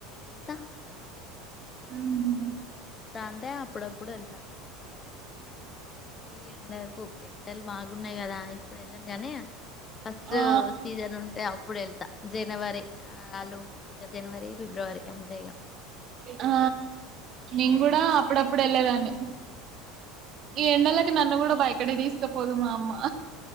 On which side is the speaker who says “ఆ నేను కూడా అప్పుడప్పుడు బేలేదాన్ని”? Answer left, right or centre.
Right